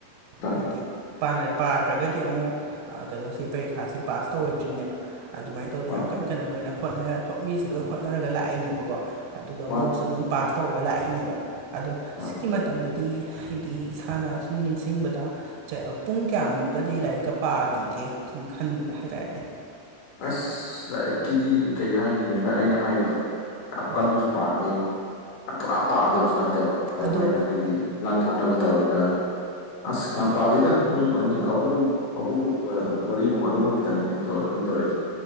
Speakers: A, on the left; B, on the right.
A: ꯃꯥꯅꯤ
B: ꯍꯥꯏꯗꯤ ꯄꯥꯅ ꯄꯥꯗ꯭ꯔꯒꯗꯤ ꯑꯃꯨꯛ ꯑꯥ ꯀꯩꯅꯣꯁꯤ ꯄꯔꯤꯈꯥꯁꯤ ꯄꯥꯁ ꯇꯧꯔꯣꯏꯗ꯭ꯔꯤꯅꯦꯕ ꯑꯗꯨꯃꯥꯏꯟ ꯇꯧꯗ
A: ꯃꯥꯅꯤ
B: ꯌꯥꯝ ꯀꯟ ꯀꯟꯅ ꯂꯣꯏꯅꯥ ꯍꯣꯠꯅ ꯍꯣꯠꯃꯤꯁꯨ ꯂꯣꯏ ꯍꯣꯠꯅꯔꯒ ꯂꯥꯛꯏꯅꯦꯕꯀꯣ ꯑꯗꯨꯒ
A: ꯃꯥꯅꯤ
B: ꯃꯔꯨꯞꯁꯨ ꯑꯗꯨꯝ ꯄꯥꯁ ꯇꯧꯔꯒ ꯂꯥꯛꯏꯅꯦꯕ ꯑꯗꯣ
A: ꯃꯥꯅꯤ
B: ꯁꯤꯒꯤ ꯃꯇꯝꯗꯗꯤ ꯍꯥꯏꯗꯤ ꯏꯁꯥꯅ ꯁꯨꯝ ꯅꯤꯡꯁꯤꯡꯕꯗ ꯆꯥꯑꯥ ꯄꯨꯡ ꯀꯌꯥꯃꯨꯛꯀꯗꯤ ꯂꯥꯏꯔꯤꯛꯀ ꯄꯥꯒꯤꯒꯦ ꯁꯨꯝ ꯈꯟꯕꯗ ꯍꯥꯏꯇꯥꯔꯦꯅꯦ
A: ꯑꯁ ꯂꯥꯏꯔꯤꯛꯀꯤꯗꯤ ꯀꯩ ꯍꯥꯏꯅꯤ ꯉꯁꯥꯏ ꯑꯩꯅ ꯍꯥꯏꯕꯗꯣ ꯌꯥꯝ
B: ꯍꯣꯏ
A: ꯀꯟꯅꯁꯨ ꯄꯥꯗꯦ ꯌꯥꯝ ꯄꯨꯔꯥ ꯄꯥꯗꯕꯁꯨ ꯅꯠꯇꯕ ꯑꯗꯨꯃꯥꯏꯅ
B: ꯑꯗꯣ
A: ꯑꯩꯈꯣꯏꯒꯤ ꯂꯥꯟꯊꯣꯛꯅꯕ ꯇꯧꯔꯒ ꯑꯁ ꯌꯥꯝ ꯄꯥꯗꯦꯗ ꯄꯨꯡ ꯑꯅꯤ ꯑꯍꯨꯝ ꯑꯍꯨꯝꯒꯨꯝꯕ ꯃꯔꯤꯒꯨꯝꯕ ꯑꯗꯨꯃꯛꯇꯅꯦ ꯑꯩꯅ ꯇꯧꯔ ꯈꯣꯏꯟ ꯇꯧꯔꯛꯏꯖꯦ